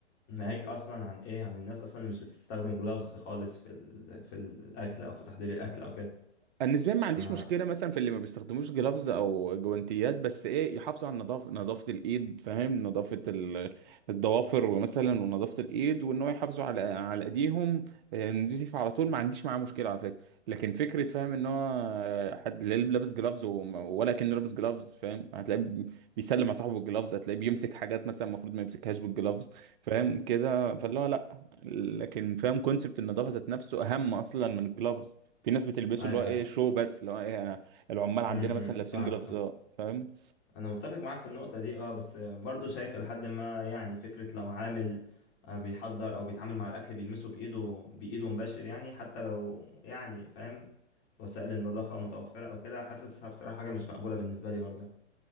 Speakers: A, on the left; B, on the right.
A: ناهيك أصلا عن إيه عن الناس أصلا اللي مش بتستخدم جلافز خالص في ال... في الأكل أو في تحضير الأكل أو كده
B: النسبيا ما عنديش
A: آه.
B: مشكله مثلا في اللي ما بيستخدموش جلافز او جوانتيات بس ايه يحافظوا على النظافه نظافه الايد فاهم نظافه ال- الضوافر ومثلا ونظافه الايد وان هو يحافظوا على على ايديهم آه، نضيف على طول ما عنديش معاه مشكله على فكره لكن فكره فاهم ان هو آه، حد لا لابس جلافز وما- ولا كان لابس جلافز فاهم هتلاقيه بي- بيسلم على صاحبه بالجلافز هتلاقيه بيمسك حاجات مثلا المفروض ما يمسكهاش بالجلافز فاهم كده فاللي هو لا لكن فاهم كونسبت النظافه ذات نفسه اهم اصلا من الجلافز في ناس بتلبسه
A: أيوه
B: اللي هو ايه
A: أيوه
B: شو بس اللي هو ايه انا العمال
A: امم
B: عندنا مثلا لابسين
A: فاهم
B: جلافزات
A: فاهم
B: فاهم
A: انا متفق معاك في النقطة دي اه بس برضو شايف الى حد ما يعني فكرة لو عامل آه، بيحضر او بيتعامل مع الاكل بيلمسه بايده بايده مباشر يعني حتى لو يعني فاهم وسائل النظافة متوفرة او كده حاسسها بصراحة حاجة مش مقبولة بالنسبة لي برضو